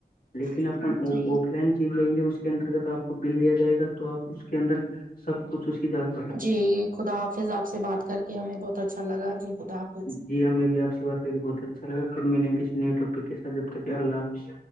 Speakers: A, on the left; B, on the right.
A: لیکن
B: ہاں
A: اپن
B: جی
A: آک لینڈ جیت لیں گے اس کی انترگت آپ کو بل دیا جائے گا تو آپ اس کے اندر سب کچھ اس کی جات
B: جی خدا حافظ آپ سے بات کر کے ہمیں بہت اچھا لگا جی خدا حافظ
A: جی ہمیں بھی آ سے بات کری گ بہت اچھا لگا پھر ملیں گے کسی نئے اپک کے سات جب تک کہ اللہ حافظ